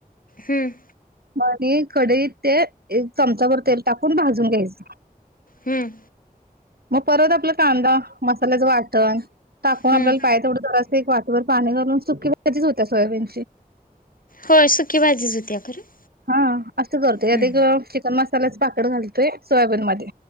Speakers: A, on the left; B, on the right.
A: हम्म
B: मगकढईत ते एक चमचाभर तेल टाकून भाजून घ्यायचं.
A: हम्म
B: मग परत आपला कांदा मसाल्याचं वाटणं टाकून
A: हम्म
B: आपल्याला पाय तेथवडं ं एक वाातीवर पाणी घालून सुकीजच होत्या सोयाबीन.
A: हो सुकीच भाजीच होत्या खरं
B: हा असं करतो यात
A: हम्म
B: चिकन मसालाचा <unintelligible> कड घालतोय सोयाबीन मध्ये.